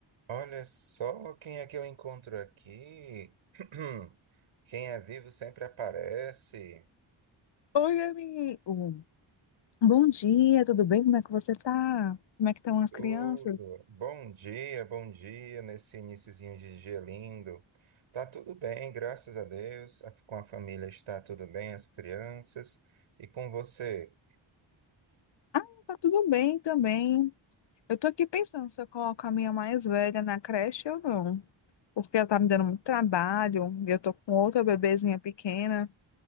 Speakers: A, on the right (about 85°); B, on the left (about 60°).
A: Olha só quem é que eu encontro aqui. <clears throat> Quem é vivo sempre aparece.
B: Oi, amigo. Bom dia, tudo bem? Como é que você tá? Como é que estão as
A: Tudo.
B: crianças?
A: Bom dia, bom dia nesse iniciozinho de dia lindo. Tá tudo bem, graças a Deus. A- Com a família está tudo bem, as crianças. E com você?
B: Ah, tá tudo bem também. Eu tô aqui pensando se eu coloco a minha mais velha na creche ou não, porque ela tá me dando muito trabalho, e eu tô com outra bebezinha pequena,